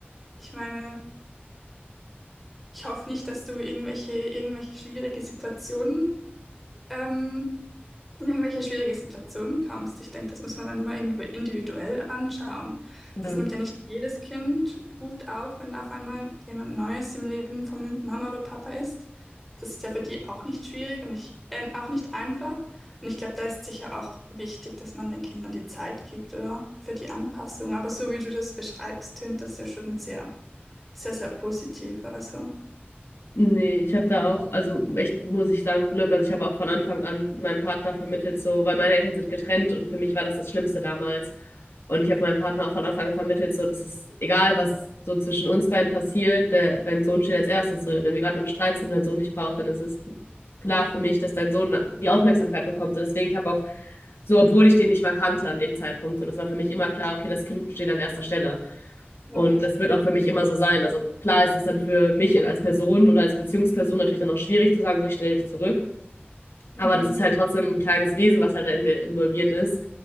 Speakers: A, in the centre; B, on the left (about 75°).
A: ich meine, ich hoffe nicht, dass du irgendwelche, irgendwelche schwierige Situationen ähm, in irgendwelche schwierige Situationen kommst. Ich denke, das muss man dann immer in- individuell anschauen.
B: Ja.
A: Das nimmt ja nicht jedes Kind gut auf, wenn auf einmal jemand Neues im Leben von Mama oder Papa ist. Das ist ja für die auch nicht schwierig und ich, äh, auch nicht einfach. Und ich glaube, da ist sicher auch wichtig, dass man den Kindern die Zeit gibt, oder? Für die Anpassung. Aber so wie du das beschreibst, tönt das ja schon sehr, sehr, sehr positiv. Also.
B: Nee, ich habe da auch, also echt muss ich sagen, Glück. Also ich habe auch von Anfang an meinem Partner vermittelt, so, weil meine Eltern sind getrennt und für mich war das das Schlimmste damals. Und ich habe meinem Partner auch von Anfang an vermittelt, so, das ist egal, was so zwischen uns beiden passiert, der, dein Sohn steht als erstes. So, wenn wir gerade im Streit sind und dein Sohn dich braucht, dann ist es klar für mich, dass dein Sohn die Aufmerksamkeit bekommt. Und deswegen, ich habe auch, so, obwohl ich den nicht mal kannte an dem Zeitpunkt, und das war für mich immer klar, okay, das Kind steht an erster Stelle.
A: Ja,
B: Und das wird auch für mich immer so sein. Also klar ist es dann für mich als Person oder als Beziehungsperson natürlich dann auch schwierig zu sagen, so ich stelle mich zurück.
A: mhm.
B: Aber das ist halt trotzdem ein kleines Wesen, was halt da involviert ist,